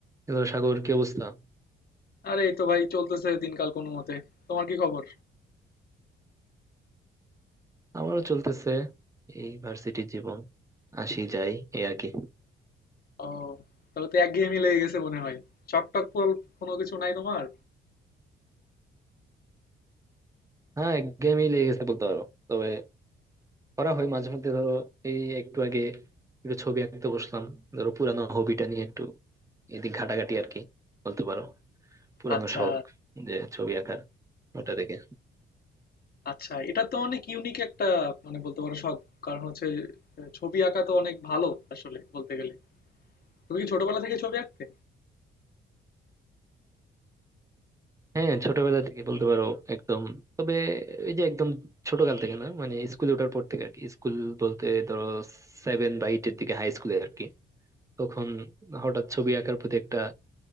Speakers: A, on the right; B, on the left.
A: Hello Sagar কি অবস্থা
B: আরে এই তো ভাই চলতেছে দিনকাল কোনো মতে তোমার কি খবর
A: আমারও চলতেছে এই ভার্সিটির জীবন আসি যাই এই আর কি
B: ও তাহলে তো একঘেয়েমি লেগে গেছে মনে হয় শখ টখ পর- কোনো কিছু নাই তোমার
A: হ্যাঁ একঘেয়েমি লেগে গেছে বলতে পারো তবে করা হয় মাঝে মধ্যে ধরো এই একটু আগে একটু ছবি আঁকতে বসলাম ধরো পুরানো হবিটা নিয়ে একটু এদিক ঘাটাঘাটি আর কি বলতে পারো পুরানো
B: আচ্ছা
A: শখ যে ছবি আঁকার ওটা দেখে
B: আচ্ছা এটা তো অনেক ইউনিক একটা মানে বলতে পারো শখ কারণ হচ্ছে আহ, ছবি আঁকা তো অনেক ভালো আসলে বলতে গেলে তুমি কি ছোটবেলা থেকে ছবি আঁকতে
A: হ্যাঁ ছোটবেলা থেকে বলতে পারো একদম তবে এই যে একদম ছোটকাল থেকে না মানে স্কুলে ওঠার পর থেকে আর কি স্কুল বলতে ধরো সেভেন বা এইটের দিকে হাই স্কুলে আর কি তখন হঠাৎ ছবি আঁকার প্রতি একটা